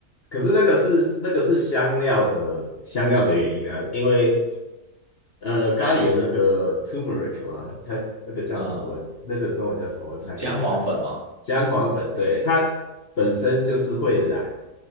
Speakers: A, on the left (about 45°); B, on the right (about 15°).
A: 可是那个是那个是香料的香料的原因啊，因为呃咖喱有那个 turmeric 嘛，它那个叫什么我那个中文叫什么我不太确定啊，
B: 嗯，姜黄粉吗？
A: 姜黄粉，对，它本身就是会染，